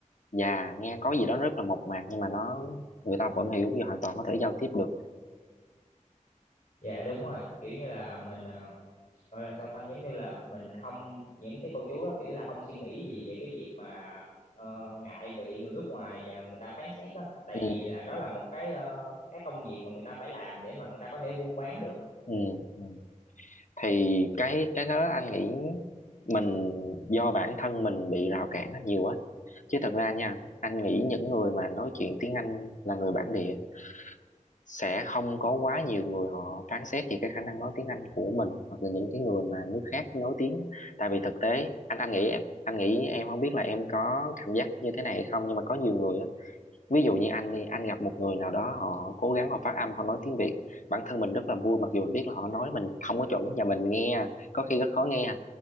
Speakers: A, on the left (about 70°); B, on the left (about 85°).
A: và nghe có gì đó rất là mộc mạc nhưng mà nó người ta vẫn hiểu và hoàn toàn có thể giao tiếp được
B: dạ đúng rồi kiểu như là mình ờ, gọi là sao ta giống như là mình không những cái cô chú đó kiểu là không suy nghĩ gì về cái việc mà ờ, ngại bị người nước ngoài ờ, người ta phán xét á tại
A: ừ,
B: vì là đó là một cái ờ, cái công việc mà người ta phải làm để mà người ta có thể buôn bán được
A: ừ, ừ. thì cái cái đó anh nghĩ mình do bản thân mình bị rào cản nó nhiều á chứ thật ra nha anh nghĩ những người mà nói chuyện tiếng Anh là người bản địa sẽ không có quá nhiều người họ phán xét về cái khả năng nói tiếng Anh của mình hoặc là những cái người mà nước khác nói tiếng tại vì thực tế anh anh nghĩ em anh nghĩ em không biết là em có cảm giác như thế này hay không nhưng mà có nhiều người á ví dụ như anh đi anh gặp một người nào đó họ cố gắng họ phát âm họ nói tiếng Việt bản thân mình rất là vui mặc dù mình biết là họ nói mình không có chuẩn và mình nghe có khi rất khó nghe